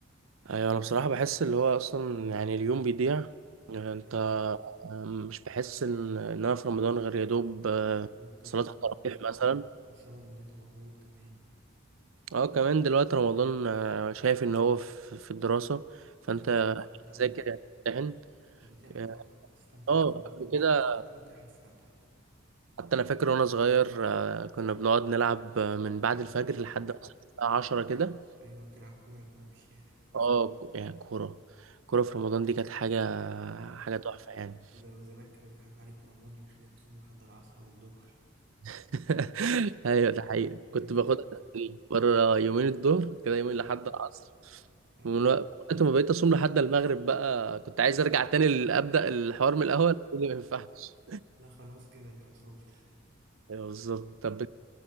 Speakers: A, on the right; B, on the right.
A: ايوه انا بصراحه بحس اللي هو اصلا يعني اليوم بيضيع يعني انت
B: ايوه
A: آه، مش بحس ان ان انا في رمضان غير يا دوب
B: فاهم؟
A: آه،
B: وبتبقى
A: صلاه
B: مضغوط
A: التراويح مثلا
B: بسبب ان انت مضغوط كمان
A: اه كمان دلوقتي رمضان آه، شايف ان هو في في الدراسه فانت
B: ايوه بتبقى مضغوط قوي
A: تذاكر يعني تمتحن.
B: مش بتلحق
A: اه
B: اصلا تستمتع
A: آه،
B: بيه
A: قبل
B: ولا بتعرف
A: كده
B: تذاكر ولا بتلحق تستمتع
A: حتى انا فاكر وانا صغير آه، كنا بنقعد نلعب آه، من بعد الفجر
B: ايوه
A: لحد
B: ايوه
A: مثلا الساعه 10 كده
B: ايوه بتلعب كوره كمان في الشارع
A: اه يعني كوره كوره في رمضان دي كانت حاجه
B: مم.
A: حاجه تحفه يعني
B: زم- زمان كانوا بيضحكوا عليك في رمضان يخليك تصوم لحد العصر او الظهر
A: <laughs> ايوه ده حقيقي
B: ايوه
A: كنت باخدها
B: ايوه كنت-
A: تدريج بره يومين الظهر كده يومين
B: ايوه
A: لحد العصر
B: ايوه
A: ومن وق- وقت ما بقيت اصوم لحد المغرب بقى كنت عايز ارجع تاني ل- ابدا الحوار من الاول <laughs> قلت لي ما ينفعش
B: لا خلاص كده انت وصلت
A: ايوه بالظبط طب انت